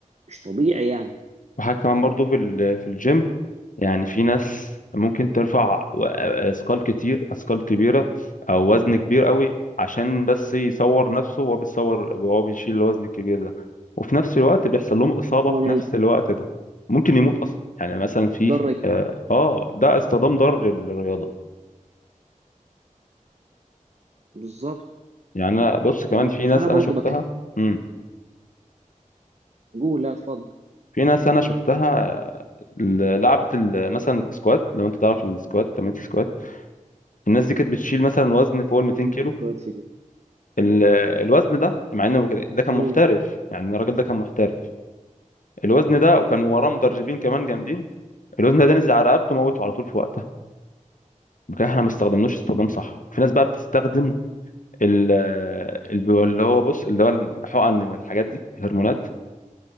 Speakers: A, on the right; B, on the left.
A: مش طبيعي يعني
B: وحاجة كمان برضو في ال- في الجيم يعني في ناس ممكن ترفع و- اثقال كتير اثقال كبيرة او وزن كبير قوي عشان بس يصور نفسه وهو بيصور وهو بيشيل الوزن الكبير ده وفي نفس الوقت بيحصل لهم إصابة
A: يعني
B: في نفس الوقت ده ممكن يموت اصلا يعني مثلا في
A: تضرك
B: اه آه، ده استخدام ضار للرياضة
A: بالظبط
B: يعني انا بص كمان
A: طب
B: في ناس
A: انا
B: انا
A: برضو
B: شفتها
A: بكلمك
B: امم
A: قول لا اتفضل
B: في ناس انا شفتها آه، لعبت ال- مثلا سكوات لو انت تعرف السكوات تمرين السكوات الناس دي كانت بتشيل مثلا وزن فوق
A: <laughs>
B: ال 200
A: مم،
B: كيلو
A: كويس في جديد.
B: ال- الوزن ده مع انه ده كان
A: مم،
B: محترف يعني الراجل ده كان محترف الوزن ده وكان وراه مدربين كمان جامدين الوزن ده ده نزل على رقبته موته على طول في وقتها بكده احنا ما استخدمناش استخدام صح في ناس بقى بتستخدم ال- الب- اللي هو بص اللي هو الحقن والحاجات دي الهرمونات